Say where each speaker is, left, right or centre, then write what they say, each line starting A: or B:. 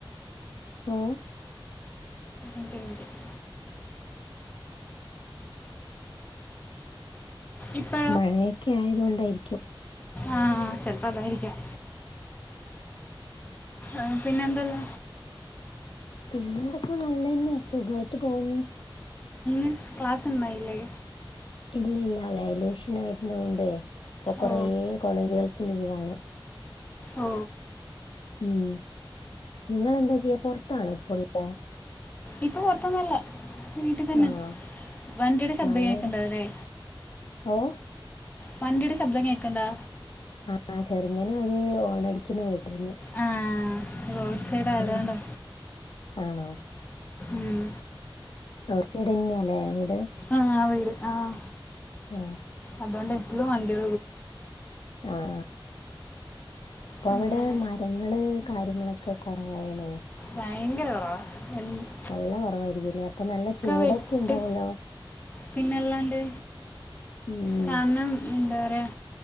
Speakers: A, on the left; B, on the left.
A: ഓഹ്
B: റ്റ് ഇപ്പം
A: മഴയൊക്കെ ആയതുകൊണ്ടായിരിക്കും.
B: ആഹ് ചെലപ്പോ അതായിരിക്കാം. ആഹ് പിന്നെ എന്തുള്ള.
A: പിന്നെ എന്തൊക്കെ നല്ല തന്നെയാ സുഖമായിട്ട് പോകുന്നു.
B: ഇന്ന് ക്ലാസ്സ്‌ ഉണ്ടായില്ലേ?
A: ഇല്ല ഇല്ല വാലുവേഷൻ ആയിരുന്നു കൊണ്ട് ഇപ്പൊ കുറെ
B: ഓ
A: കോളേജുകൾക്ക് ലീവാണ്.
B: ഓ
A: ഉം നിങ്ങൾ എന്താ ചെയ്യാ പുറത്താണോ ഇപ്പ ഉള്ള.
B: ഇപ്പൊ പൊറത്തൊന്നും അല്ല. വീട്ടിൽ തന്നെ
A: ആഹ്
B: വണ്ടിയുടെ ശബ്ദം
A: മഴയുടെ
B: കേൾക്കുന്നുണ്ടാവും അല്ലേ?
A: ഓഹ്
B: വണ്ടിയുടെ ശബ്ദം കേക്കുണ്ടോ?
A: ആഹ് ചെറുങ്ങനെ ഒരു ഹോൺ അടിക്കുന്ന കേട്ടിരുന്നു.
B: ആ റോഡ് സൈഡ് ആയതുകൊണ്ടോ,
A: അത് ആണോ
B: ഉം.
A: റോഡ് സൈഡ് തന്നെയല്ലേ വീട്.
B: ആഹ് വീട് ആഹ്.
A: ആഹ്
B: അതുകൊണ്ട് എപ്പോഴും അന്റെ.
A: ആഹ് അപ്പൊ
B: പിന്നെ
A: അവിടെ മരങ്ങള് കാര്യങ്ങളൊക്കെ. ഒക്കെ കുറവണോ?
B: ഭയങ്കര കുറവാ എന്താ,?
A: നല്ല കുറവായിരിക്കല്ലേ അപ്പൊ നല്ല ചൂടൊക്കെ
B: വെട്ടി
A: ഉണ്ടാവല്ലോ?
B: പിന്നെ അല്ലാണ്ട്.
A: ഉം
B: കാരണം എന്താ പറയാ.